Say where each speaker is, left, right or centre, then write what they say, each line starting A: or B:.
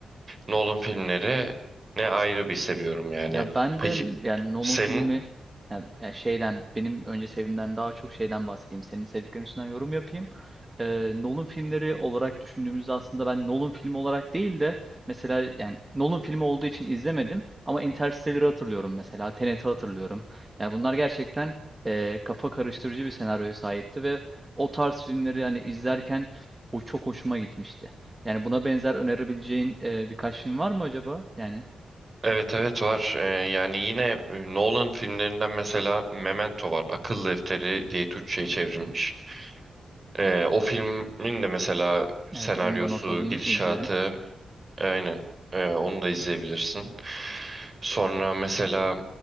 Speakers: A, on the right; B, on the right.
A: Nolan filmleri ne ayrı bir seviyorum yani.
B: Ya ben
A: Peki
B: de yani Nolan
A: senin?
B: filmi yani, yani şeyden benim önce sevdiğimden daha çok şeyden bahsedeyim. Senin sevdiklerin üstünden yorum yapayım. Ee, Nolan filmleri olarak düşündüğümüzde aslında ben Nolan filmi olarak değil de mesela yani Nolan filmi olduğu için izlemedim ama Interstellar'ı hatırlıyorum mesela. Tenet'i hatırlıyorum. Yani bunlar gerçekten e, kafa karıştırıcı bir senaryoya sahipti ve o tarz filmleri yani izlerken o çok hoşuma gitmişti. Yani buna benzer önerebileceğin e, birkaç film var mı acaba? Yani
A: Evet evet var. Ee, yani yine e, Nolan filmlerinden mesela Memento var. Akıl Defteri diye Türkçe'ye çevrilmiş. Ee, o filmin de mesela senaryosu,
B: Evet, onu da not alayım,
A: gidişatı
B: izlerim.
A: aynen. Ee, onu da izleyebilirsin. Sonra mesela